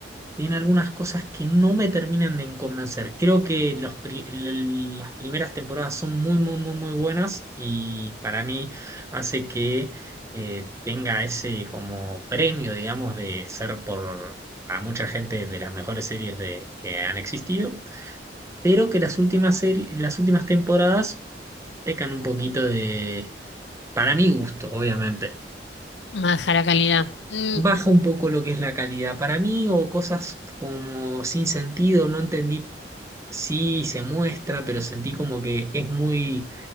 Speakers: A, on the right (about 15°); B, on the left (about 80°).
A: tiene algunas cosas que no me terminan de convencer. Creo que los pri- l- las primeras temporadas son muy, muy, muy, muy buenas y para mí hace que eh, tenga ese como premio, digamos, de ser por a mucha gente de las mejores series de, que han existido, pero que las últimas series, las últimas temporadas pecan un poquito de, para mi gusto, obviamente
B: Baja la calidad. Mm,
A: baja un poco lo que es la calidad para mí o cosas como sin sentido, no entendí Sí, se muestra, pero sentí como que es muy